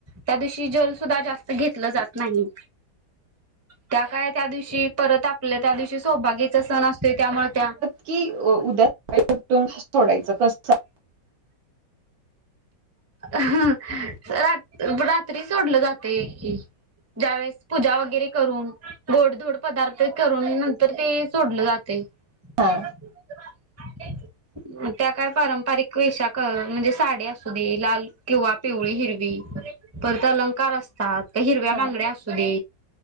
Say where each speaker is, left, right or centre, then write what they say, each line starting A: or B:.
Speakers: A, on the right (about 15°); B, on the right (about 80°).
A: त्या दिवशी जल सुद्धा जास्त घेतलं जात नाही. त्या काय त्या दिवशी परत आपल्या त्या दिवशी सौभागेचा सण असतोय त्यामुळे त्या.
B: कि उद्या सकाळी सोडायचं कस.
A: हा रात रात्री सोडलं जातय की. ज्यावेळेस. पूजा वगैरे करून गोडधोड पदार्थ करून नंतर ते सोडलं जातेय. <unintelligible>
B: हा
A: त्या काय पारंपरिक वेशाख म्हणजे साडी असू दे लाल किंवा पिवळी हिरवी परत अलंकार अस. आ त्या हिरव्या
B: हा
A: बांगड्या असू दे.